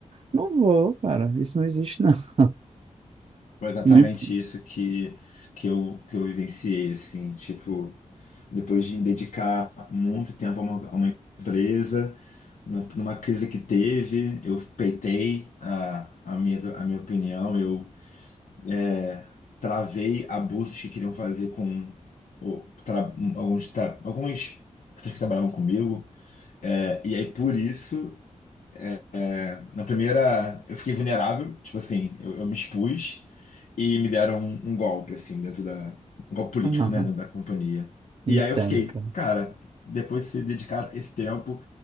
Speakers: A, on the right; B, on the left.
A: Não vou, cara, isso não existe, não. <laughs>
B: foi exatamente
A: Não imp-
B: isso que, que eu, que eu vivenciei, assim, tipo, depois de me dedicar muito tempo a uma, a uma empresa, nu- numa crise que teve, eu peitei a, a minha, a minha opinião, eu é, travei abusos que queriam fazer com o- tra- alguns, tra- alguns pessoas que trabalhavam comigo, é, e aí por isso, é, na primeira, eu fiquei vulnerável, tipo assim, eu eu me expus, e me deram um, um golpe, assim, dentro da. Um golpe político,
A: Aham,
B: né, dentro da companhia.
A: entendo,
B: E aí eu fiquei,
A: cara.
B: cara, depois de se dedicar esse tempo,